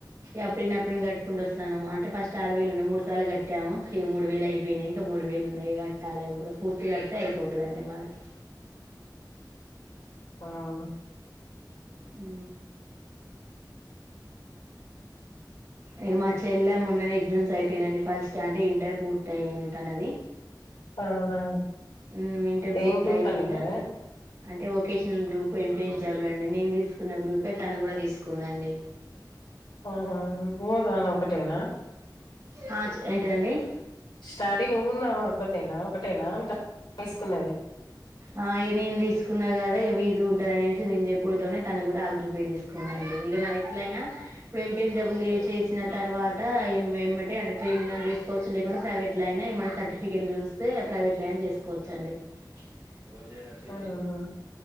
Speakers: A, on the right; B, on the left.
A: ఎప్పుడిన్ని అప్పుడిన్ని కట్టుకుంట వస్తాన్నాము. అంటే ఫస్ట్ ఆరు వేలు ఉన్న మూడు సార్లు కట్టాము ఇగ మూడు వేలు అయిపోయినాయి ఇంకా మూడు వేలు ఉన్నాయి కట్టాలి అది కూడా పూర్తి కడితే అయిపోతది అండి మాది.
B: అవును
A: ఉ ఇగ మా చెల్ల మొన్ననే ఎగ్జామ్స్ అయిపోయినండి ఫస్ట్ అంటే ఇంటర్ పూర్తి అయింది తనది.
B: అవునా
A: హు ఇంట పూర్తి
B: ఏం గ్రూప్
A: అయింది
B: అండి
A: ఇంగా
B: మరి
A: అంటే వొకేషనల్ గ్రూప్ ఎంపీఎస్ డ బ్ బ్లు అండి నేను తీసుకున్న గ్రూపే తను కూడా తీసుకుందాండి
B: ఆహా నువ్వు దానా ఒకటేనా
A: ఆ, చ- ఏంటిదండి
B: స్టాడీ నువ్వున్ను ఆమె ఒకతేనా ఒకటేనా అంట తీసుకున్నది
A: ఆ ఇగ నేను తీసుకున్నా గదే వి స్ గుంటదనేసి నేను చెప్పుడుతోనే తను కూడా ఆ గ్రూపే తీసుకుదండి ఇగ నా ఎట్లయినా ఇప్పుడు ఏంసి డబులుచెసిన తర్వాత ఎమ్ ఏమ్మటే అంటే ట్రైనింగ్ అన్న తీసుకోవచ్చు లేకుంటే ప్రైవేట్ లో అయినా సర్టిఫికెట్ చూస్తే ప్రవట్ ప్లాన్ చేసుకోవచ్చు అండి ఎర్ చేనా చేది
B: అవునా